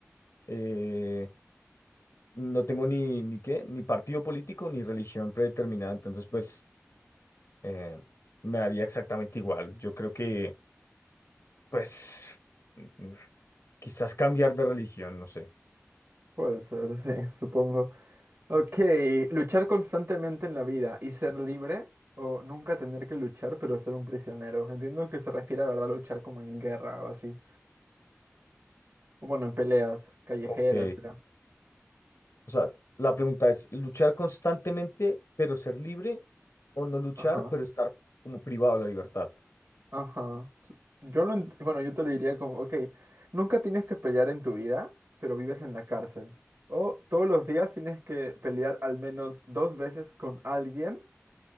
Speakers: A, on the left; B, on the right.
A: eh, no tengo ni, ni qué, ni partido político, ni religión predeterminada, entonces pues eh, me haría exactamente igual. Yo creo que, pues, mm, quizás cambiar de religión, no sé.
B: Puede ser, sí, supongo. Ok, luchar constantemente en la vida y ser libre o nunca tener que luchar pero ser un prisionero. Entiendo que se refiere a verdad luchar como en guerra o así. O bueno, en peleas callejeras,
A: Ok,
B: será.
A: o sea, la pregunta es, ¿luchar constantemente pero ser libre o no luchar
B: Ajá,
A: pero estar como privado de la libertad?
B: ajá. Su- Yo lo, ent- bueno, yo te lo diría como, ok, nunca tienes que pelear en tu vida, pero vives en la cárcel. O todos los días tienes que pelear al menos dos veces con alguien